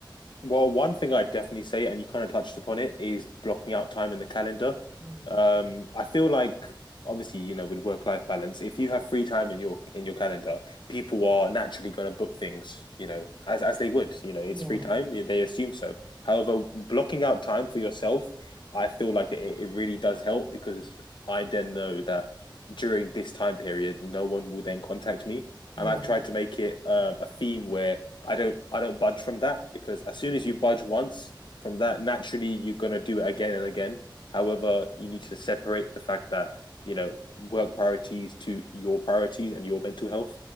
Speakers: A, on the left; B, in the centre.
A: Well, one thing I definitely say, and you kind of touched upon it, is blocking out time in the calendar.
B: Mm.
A: Um, I feel like obviously, you know, with work-life balance, if you have free time in your in your calendar, people are naturally going to book things, you know, as as they would. You know, it's
B: Yeah,
A: free time, they assume so. However, blocking out time for yourself, I feel like it, it really does help because I then know that during this time period, no one will then contact me.
B: yeah,
A: And I've tried to make it um, a theme where I don't I don't budge from that because as soon as you budge once from that, naturally you're gonna do it again and again. However, you need to separate the fact that you know work priorities to your priorities and your mental health.